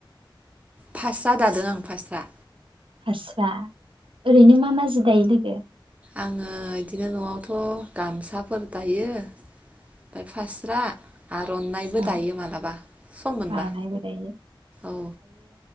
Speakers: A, on the right (about 15°); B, on the right (about 80°).
A: फास्रा दादों आं फास्स्रआ
B: फास्रा ओरैनो मा मा जि दायो लोगो गो
A: आङो बिदिनो न'आवथ' गामसाफोर दायो ओमफ्राय फास्रा आर'नायबो
B: औ
A: दायो मालाबा सम मोनबा
B: आर'नाइबो दायो
A: औ